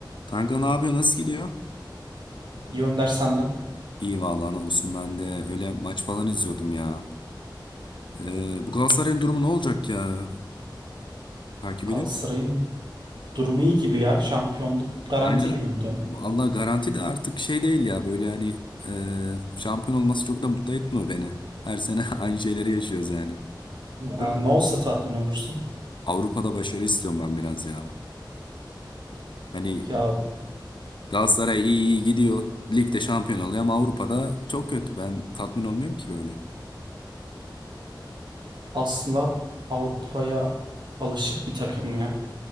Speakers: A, on the left; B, on the right.
A: Kanka ne yapıyor? Nasıl gidiyor?
B: İyi Önder senden.
A: İyi vallahi ne olsun ben de öyle maç falan izliyordum ya. Ee, bu Galatasaray'ın durumu ne olacak ya? Takip
B: Galatasaray'ın
A: ediyor musun?
B: durumu iyi gibi ya. Şampiyonluk garanti
A: Aynen.
B: gibi bu dönem.
A: Allah garanti de artık şey değil ya böyle hani e, şampiyon olması çok da mutlu etmiyor beni. Her sene <laughs> aynı şeyleri yaşıyoruz yani.
B: Ee,
A: Değil mi?
B: ne olsa tatmin olursun.
A: Avrupa'da başarı istiyorum ben biraz ya. Hani
B: Ya
A: Galatasaray iyi iyi gidiyor. Ligde şampiyon oluyor ama Avrupa'da çok kötü. Ben tatmin olmuyorum ki böyle.
B: aslında Avrupa'ya alışık bir takım ya.